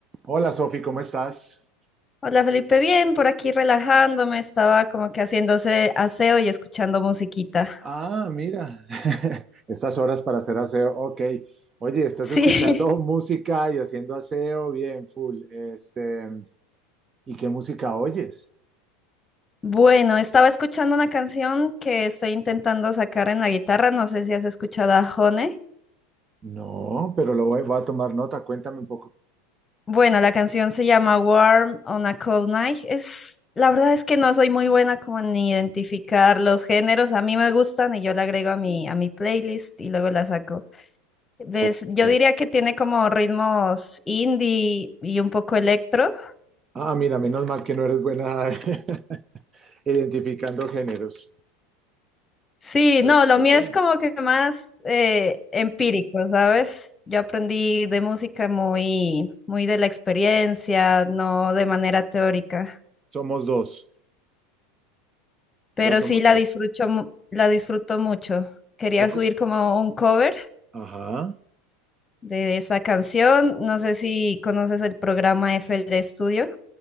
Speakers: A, on the right; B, on the left.
A: Hola Sofi, ¿cómo estás?
B: Hola Felipe, bien, por aquí relajándome, estaba como que haciéndose aseo y escuchando musiquita.
A: Ah, mira, <laughs> estas horas para hacer aseo, ok. Oye, estás
B: Sí,
A: escuchando música y haciendo aseo, bien, full. Este, ¿y qué música oyes?
B: <laughs> bueno, estaba escuchando una canción que estoy intentando sacar en la guitarra, no sé si has escuchado a Hone.
A: No, pero lo voy, voy a tomar nota, cuéntame un poco.
B: Bueno, la canción se llama Warm on a Cold Night. Es, la verdad es que no soy muy buena como en identificar los géneros, a mí me gustan y yo la agrego a mi, a mi playlist y luego la saco. ¿Ves?
A: Ok.
B: Yo diría que tiene como ritmos indie y un poco electro.
A: Ah, mira, menos mal que no eres buena <laughs> identificando géneros.
B: Sí,
A: Súper,
B: no,
A: súper
B: lo mío
A: bien.
B: es como que más eh, empírico, ¿sabes? Yo aprendí de música muy, muy de la experiencia, no de manera teórica,
A: Somos dos,
B: pero
A: ya somos
B: sí la
A: dos.
B: disfruto, mu- la disfruto mucho. Quería
A: Recu-
B: subir como un cover
A: Ajá.
B: de esa canción, no sé si conoces el programa FL Studio,